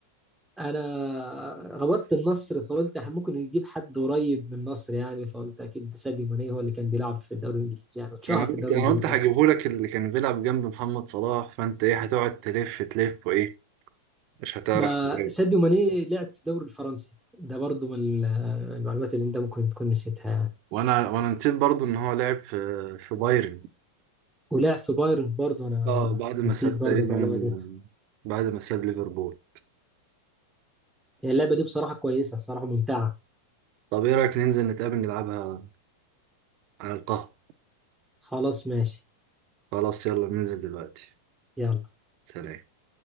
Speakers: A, in the centre; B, on the right.
A: انا ربطت النصر فقلت ممكن يجيب حد قريب من النصر يعني فقلت اكيد ده ساديو ماني هو اللي كان بيلعب في الدوري الانجليزي يعني اتشهر
B: انا قلت
A: في الدوري
B: انا
A: الانجليزي
B: قلت هجيبه
A: اكتر
B: لك اللي كان بيلعب جنب محمد صلاح فانت ايه هتقعد تلف تلف وايه مش هتعرف
A: ما
B: تجاوب
A: ساديو ماني لعب في الدوري الفرنسي ده برضو من ال- المعلومات اللي انت ممكن تكون نسيتها يعني
B: وانا وانا نسيت برضو ان هو لعب في في بايرن
A: ولعب في بايرن برضو انا
B: اه بعد ما
A: نسيت
B: ساب
A: برضو
B: تقريبا
A: المعلومه دي
B: بعد ما ساب ليفربول
A: هي اللعبه دي بصراحه كويسه الصراحه ممتعه
B: طب ايه رايك ننزل نتقابل نلعبها على القهوة
A: خلاص ماشي
B: خلاص يلا ننزل دلوقتي
A: يلا
B: سلام